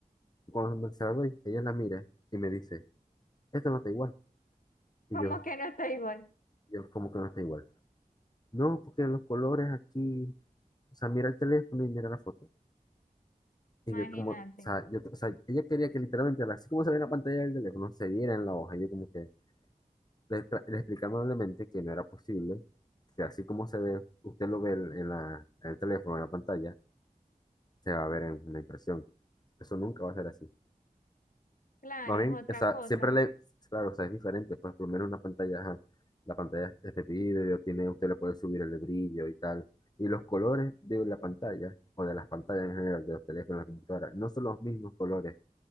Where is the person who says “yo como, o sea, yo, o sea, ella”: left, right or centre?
Left